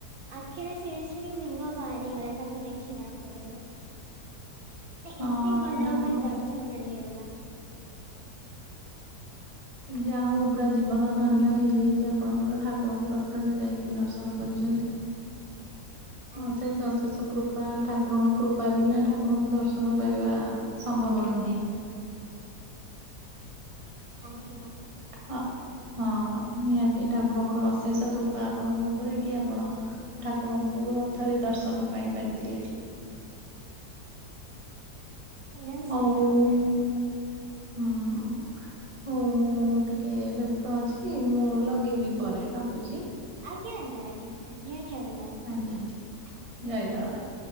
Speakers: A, on the right (about 70°); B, on the right (about 25°).
A: ଆଖିରୁ ସିରିସିଲି ଲୁହ ବାହାରିଗଲା ତାଙ୍କୁ ଦେଖିଲା ପରେ।
B: ହଁ
A: ଏତେ ଭଲ
B: ଠାକୁର
A: ମାନେ ଦର୍ଶନ ମିଳିଗଲା।
B: ଯାହା ହଉ ପୁରା ଜୀବନ ଧନ୍ୟ ହେଇଯାଇଛି ଆପଣଙ୍କର ଠାକୁରଙ୍କୁ ରଥ ଯାଇକି ଦର୍ଶନ କରିଛନ୍ତି।
A: ଆଜ୍ଞା
B: ଅଶେଷ ଅଶେଷ କୃପା। ବା ଠାକୁରଙ୍କ କୃପା ବିନା ଠାକୁରଙ୍କୁ ଦର୍ଶନ ପାଇବା ସମ୍ଭବ ନୁହେଁ।
A: ଆଜ୍ଞା।
B: ହଁ। ହଁ ନିହାତି ଠାକୁରଙ୍କର ଅଶେଷ କୃପା ଆପଣଙ୍କ ଉପରେ କି ଆପଣ ଠାକୁରଙ୍କୁ ରଥରେ ଦର୍ଶନ ପାଇ ପାରିଥିଲେ।
A: ସେଇଟା
B: ହଉ-ଉ
A: ସତ କଥା
B: ହଁ। ହଉ ମୁଁ ଟିକେ ବ୍ୟସ୍ତ ଅଛି, ମୁଁ ଲଗେଇବି ପରେ ରଖୁଛି।
A: ଆଜ୍ଞ ଆଜ୍ଞା ଆଜ୍ଞା ଆଜ୍ଞା ଜଗନ୍ନାଥ।
B: ଆଜ୍ଞା, ଜୟ ଜଗନ୍ନାଥ।